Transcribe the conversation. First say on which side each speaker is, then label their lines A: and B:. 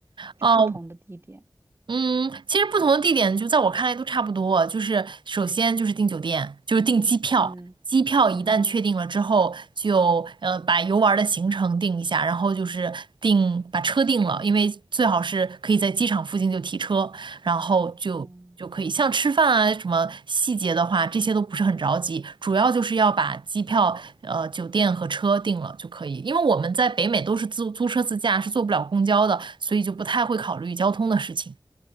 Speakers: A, on the right; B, on the right.
A: 就不同的地点。
B: 哦，嗯，其实不同的地点，就在我看来都差不多。就是首先就是订酒店，就是订机票。
A: 嗯
B: 机票一旦确定了之后，
A: 嗯
B: 就呃把游玩儿的行程定一下，然后就是定把车定了，因为最好是可以在机场附近就提车，然后就就可以。
A: 嗯，
B: 像吃饭啊什么细节的话，这些都不是很着急，主要就是要把机票、呃酒店和车定了就可以。因为我们在北美都是租租车自驾，是坐不了公交的，所以就不太会考虑交通的事情。